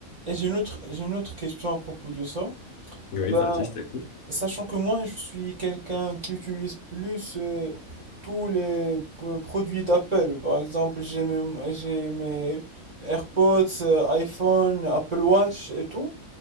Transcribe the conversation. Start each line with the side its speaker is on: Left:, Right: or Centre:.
Right: et j'ai une autre, j'ai une autre question à propos de ça.
Left: oui,
Right: Ben,
Left: vas-y, je t'écoute.
Right: sachant que moi, je suis quelqu'un qui utilise plus euh, tous les p- produits d'Apple. Par exemple, j'ai mes, j'ai mes AirPods, euh, iPhone, Apple Watch et tout.